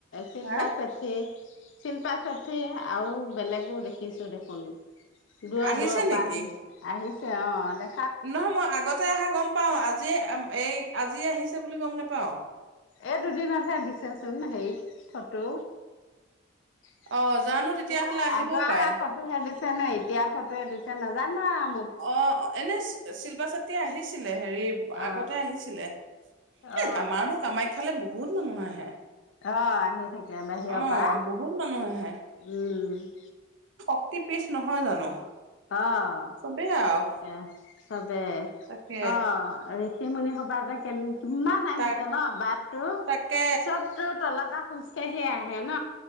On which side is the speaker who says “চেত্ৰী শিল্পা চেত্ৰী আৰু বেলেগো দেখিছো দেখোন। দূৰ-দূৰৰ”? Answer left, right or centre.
Left